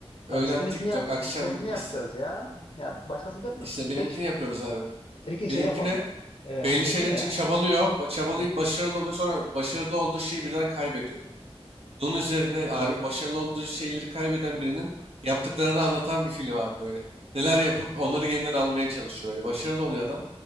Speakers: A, on the left (about 55°); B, on the right (about 70°).
A: ha,
B: Öğlen
A: biz seninkini
B: TikTok,
A: yap
B: akşam
A: biz seninkini yapacağız
B: İsa.
A: ya. Ya başkasını yapmıyor.
B: İşte benimkini
A: Peki
B: yapıyoruz abi.
A: seninkini
B: Benimkine
A: şey yapalım. Ee, hani
B: belli
A: dedin
B: şeyler
A: ya.
B: için çabalıyor. ba- Çabalayıp
A: Hı hı.
B: başarılı oluyor. Sonra başarılı olduğu şeyi birden kaybediyor. Bunun üzerine abi başarılı olduğu şeyleri kaybeden birinin yaptıklarını anlatan bir film abi böyle. Neler yapıp onları yeniden almaya çalışıyor böyle. Başarılı oluyor adam.